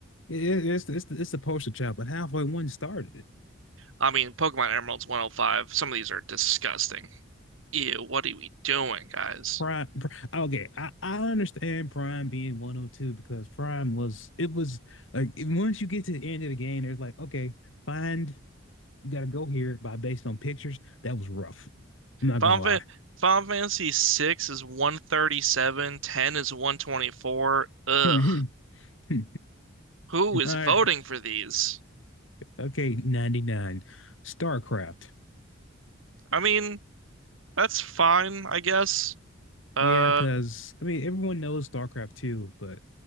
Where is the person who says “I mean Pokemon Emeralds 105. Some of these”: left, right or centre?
Right